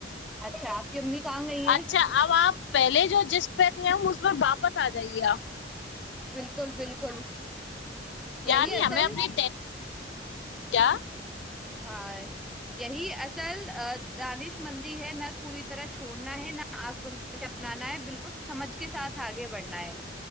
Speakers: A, in the centre; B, on the left (about 75°).
A: اچھا آپ کی امی کہاں گئی ہیں
B: اچھا اب آپ پہلے جو جس پہ تھے ہم اس پر واپس آ جائیے آپ
A: بالکل بالکل یہی
B: یعنی
A: اصل
B: ہمیں اپنی کیا
A: ہاں یہی اصل دانش مندی ہے نہ پوری طرح چھوڑنا ہے نہ آنکھ ونکھ اپنانا ہے بالکل سمجھ کے ساتھ آگے بڑھنا ہے